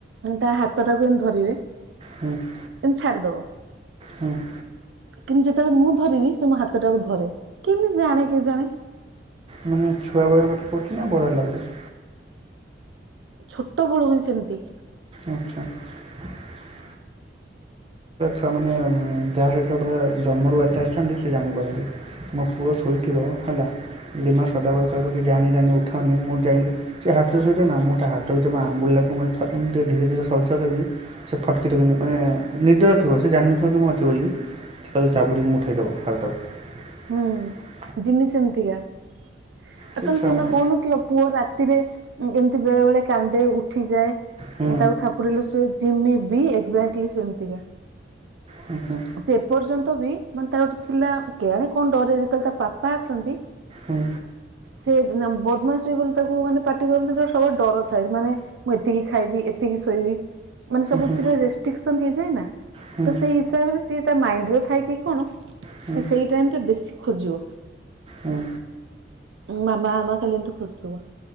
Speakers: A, on the right; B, on the right.
A: ତା ହାତ ଟାକୁ ଏମିତି ଧରିବେ।
B: ହୁଁ <unintelligible>
A: ଏମିତି ଛାଡିଦବ।
B: ହୁଁ <inaudible>
A: କିନ୍ତୁ ଯେତେବେଳେ ମୁଁ ଧରିବି ସେ ମୋ ହାତ ଟାକୁ ଧରେ କେମିତି ଜାଣେ କେ ଜାଣେ
B: ମାନେ ଛୁଆ ବଳି କଥା ପଛି ନା ବଢ଼ାର ଲାଗିଲ <inaudible>
A: ଛୋଟ ବଳୁ ହିଁ ସେମିତି
B: ଆଚ୍ଛା <unintelligible> ଛୁଆ ମାନେ ଦେହା ସହିତ ପୁରା ଜନ୍ମରୁ ବାଟେ ଆସିଛନ୍ତି ସେ ଜାଣିପାରନ୍ତି ମୋ ପୁଅ ଶୋଇଥିବ ହେଲା ଲିମା ସଦାବେଳେ କଖି ଯାାନି ଜାି ଉଠନି ମୁଁ ଯାଇି ସେ ହଟରେ ସହିତ ନା ମୁଁ ତା ହାତଟରୁ ମୋ ଆ <inaudible> ଙ୍ଗୁଳିଟାକୁ ମୁ ଏମତି ଧୀରେ ଧୀରେ ସସ କରିବି ସେ ଫଟକିକନି ମାନେ। ନିଦୟ ଥିବ ସେ ଜାଣିନଥିବ କି ମୁଁ ଅଛିିବ ବୋଲି ତାଲେ ଚାାବୁଡିକି ମୁଠେଇଦବ ହାଡ଼ଟାକୁ <unintelligible>
A: ହୁଁ ଜିମି ସେମିତିକା ଆ
B: ସେ
A: ତମ
B: ଛୁଆମାନେ
A: ସିନା କହୁନଥିଲ ପୁଅ ରାତି ତିରେ ଏମିତି ବେଳେ ବେଳେ କାନ୍ଦେ ଉଠିଯାଏ।
B: ହୁଁ
A: ତାକୁ ଥାପୁଡିଲ ଶଏ। ଜିମି ବି ଏକ୍ଜାକ୍ଟଲି ସେମିତିକା।
B: ହୁଁ ହୁଁ
A: ସେପର୍ଯ୍ୟ <unintelligible> ବି ମାନେ ତାର ଗୋଟେ ଥିଲା କେଜାଣୀ କଣ ଡରେ ଯେତେବେଳେ ତା ବାପା ଆସନ୍ତି
B: ହୁଁ।
A: ସେ ବଦ୍ମାଶି ଏ ହୁଏ ବୋଲି ତାକୁ ମାନେ ପାଟି କରନ୍ତିା ସବୁଳେ ଡର ଥାଏ ମାନେ ମୁଁ ଏତିକି ଖାଇବି ଏତିକି ଶୋଇବି। ମାନେ ସବୁଥିରେ
B: ହୁଁ
A: ରେଷ୍ଟ୍ରିକସନ ହେଇ ଯାଇ ନା
B: ହୁଁ
A: ତ ସେଇ ହିସାବରେ ସିଏ ତା ମାଇଣ୍ଡ ରେ ଥାଇ କି କଣ?
B: ହୁଁ
A: ସେ ସେଇ ଟାଇମ ରେ ବେଶୀ ଖୋଜିବ।
B: ହୁଁ।
A: ମାମା ମାମା ଏମିତି ଖାଲି ଖୋଜୁଥିବ।